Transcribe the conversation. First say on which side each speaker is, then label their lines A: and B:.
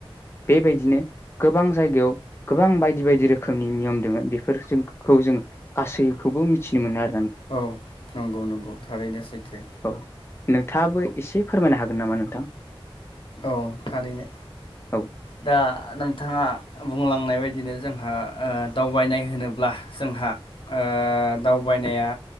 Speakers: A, on the left (about 25°); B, on the left (about 65°).
A: बेबायदिनो गोबां जायगायाव गोबां बायदि बायदि रोखोमनि नियम दोङो बेफोर जों खौ जों गासैखौबो मिथिनो मोनो आरो।
B: औ नंगौ नंगौ थारैनो सैथो।
A: औ नोंथाङाबो एसे फोरमायनो हागोन नामा नोंथां?
B: औ थारैनो
A: औ
B: दा नोंथाङा बुंलांनाय बायदि -दिनो जोंहा दावबायनाय होनोब्ला जोंहा ओ दावबायनाया